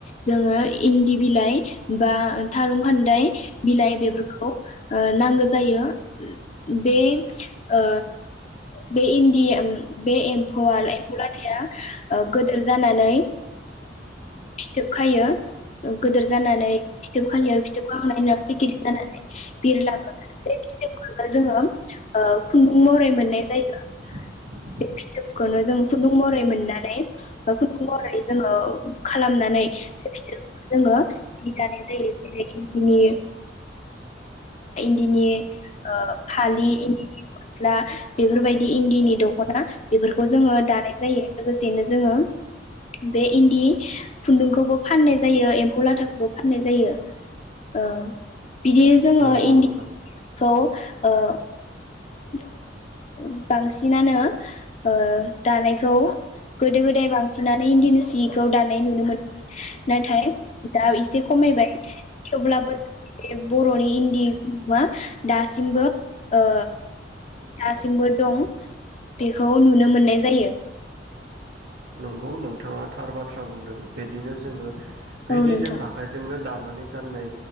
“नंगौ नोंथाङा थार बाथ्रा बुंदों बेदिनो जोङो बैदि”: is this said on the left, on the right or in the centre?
Right